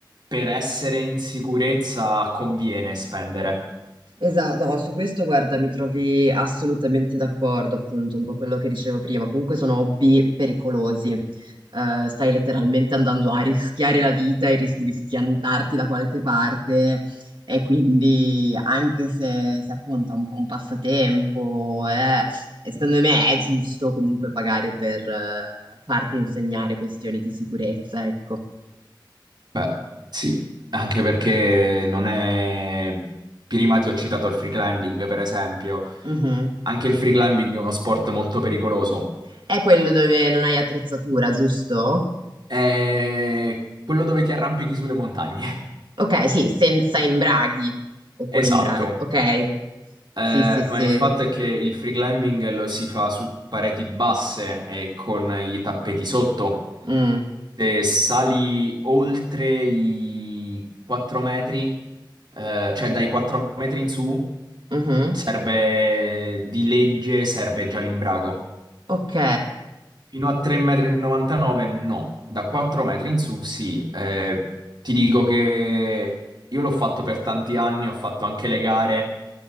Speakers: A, on the right; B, on the right.
A: per essere in sicurezza conviene spendere.
B: Esatto, no, su questo guarda, mi trovi assolutamente d'accordo, appunto, un po' quello che dicevo prima. Comunque sono hobby pericolosi. Eh, stai letteralmente andando a rischiare la vita e rischi di schiantarti da qualche parte. E quindi, anche se, se appunto è un, po' un passatempo, eh, e secondo me è giusto comunque pagare per eh, farti insegnare questioni di sicurezza, ecco.
A: Beh, sì, anche perché non è... Prima ti ho citato il free climbing, per esempio.
B: Mhm.
A: Anche il free climbing è uno sport molto pericoloso.
B: È quello dove non hai attrezzatura, giusto?
A: È quello dove ti arrampichi sulle montagne. <laughs>
B: Ok, sì, senza imbraghi o con
A: Esatto.
B: imbraghi. Ok,
A: Eh,
B: sì, sì, sì.
A: ma il fatto è che il free climbing lo si fa su pareti basse e con i tappeti sotto.
B: Mm,
A: Se sali oltre i 4 metri, eh, cioè dai 4 metri in su,
B: mhm.
A: serve di legge, serve già l'imbrago.
B: Ok,
A: Fino a 3,99 metri no, da 4 metri in su sì. Eh, ti dico che io l'ho fatto per tanti anni, ho fatto anche le gare